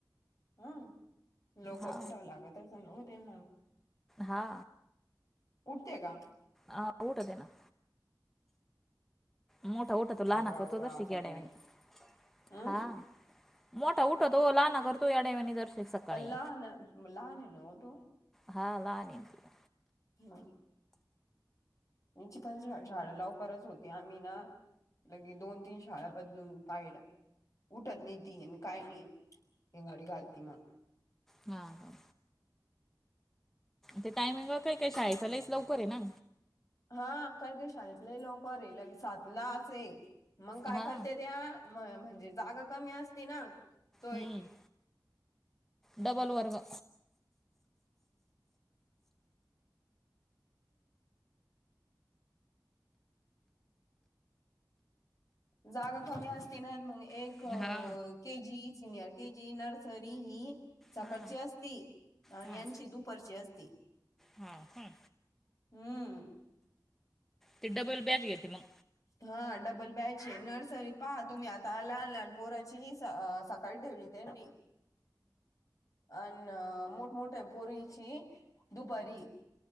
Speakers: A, on the left; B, in the centre.
A: हं लवकर
B: हा
A: उठावं लागत असन ना हो त्यांना
B: हा
A: उठते का?
B: ह उठते ना मोठा उठातो लहाना
A: आवरा
B: करतो
A: आवरा
B: जराशीक
A: सकाळी
B: येड्यावानी
A: हं
B: हा मोठा उठतो लहाना करतो येड्यावनी जराशी सकाळी
A: पण लहान लहान आहे ना हो तो
B: हा लहान ये तो.
A: हा. चिकनची झाडं लवकरच होती आम्ही ना लगी दोन तीन शाळा बदलून पाहिल्या उठत नाही तीन काय नाय हींगाडी घालती मा
B: हा हा ते टायमिंगवर कायी कायी शाळेचा लईचं लवकर आहे ना
A: हा काहीतरी शाळेत लय लवकर ये लगे सातलाच ये मंग काय
B: हा
A: करत्या त्या म्ह म्हणजे जागा कमी असती ना तो
B: हम्म डबल वर्ग.
A: जागा कमी असती ना मंग एक
B: हा
A: K G senior K G nursery हि सकाळची
B: हा
A: असती. आणि
B: हा
A: यांची
B: हा
A: दुपरची असती.
B: हा काय
A: हम्म
B: ती डबल बॅच घेते मग.
A: हा डबल बॅचं ये नर्सरी पहा तुम्ही आता लहान लहान पोराची हीं हीं स सकाळी ठेवली त्यांनी अन मोठमोठ्या पोरीची दुपारी